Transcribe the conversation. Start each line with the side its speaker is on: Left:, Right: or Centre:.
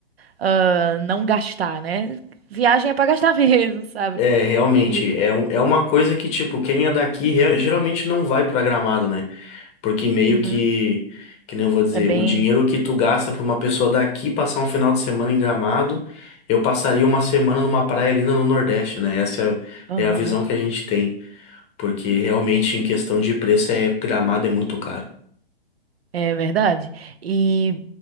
Right: ah, não gastar, né? Viagem é pra gastar <laughs> mesmo, sabe?
Left: É, realmente,
Right: E-
Left: é, um, é uma coisa que, tipo, quem é daqui rea- geralmente não vai para Gramado, né? Porque meio
Right: uhum,
Left: que, que nem eu vou dizer,
Right: é bem,
Left: o dinheiro que tu gasta pra uma pessoa daqui passar um final de semana em Gramado, eu passaria uma semana numa praia linda no Nordeste, né? Essa
Right: aham,
Left: é a, é a visão que a gente tem. Porque realmente, em questão de preço, é, Gramado é muito caro.
Right: é verdade. e